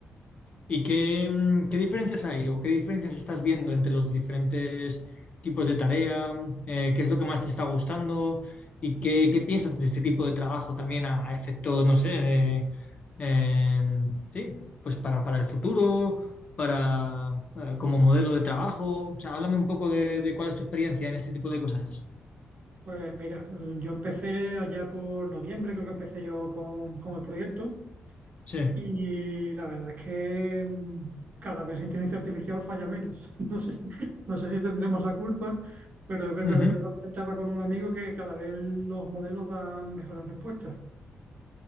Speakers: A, on the left; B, on the right.
A: ¿Y qué, mm, qué diferencias hay o qué diferencias estás viendo entre los diferentes tipos de tarea? Eh, ¿qué es lo que más te está gustando? ¿Y qué, qué piensas de este tipo de trabajo también a, a efectos, no sé, de, eh, sí, pues para, para el futuro, para, eh, como modelo de trabajo? O sea, háblame un poco de, de cuál es tu experiencia en este tipo de cosas.
B: Pues mira, eh, yo empecé allá por noviembre, creo que empecé yo con, con el proyecto
A: Sí.
B: Y la verdad es que mm, cada vez la inteligencia artificial falla menos. <laughs> No sé, si- no sé si tendremos la culpa, pero es verdad,
A: Ujú.
B: el otro día lo comentaba con un amigo que cada vez los modelos dan mejores respuestas.